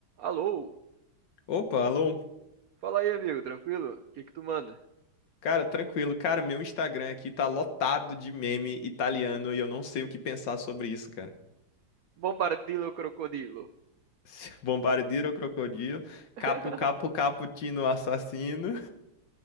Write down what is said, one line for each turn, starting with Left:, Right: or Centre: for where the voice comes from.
Right: Alô?
Left: Opa, alô.
Right: Fala aí, amigo, tranquilo? O que que tu manda?
Left: Cara, tranquilo. Cara, meu Instagram aqui tá lotado de meme italiano e eu não sei o que pensar sobre isso, cara.
Right: Bombardilo crocodilo.
Left: <laughs> Bombardiro crocodilo,
Right: <laughs>
Left: capo, capo, cappuccino assassino.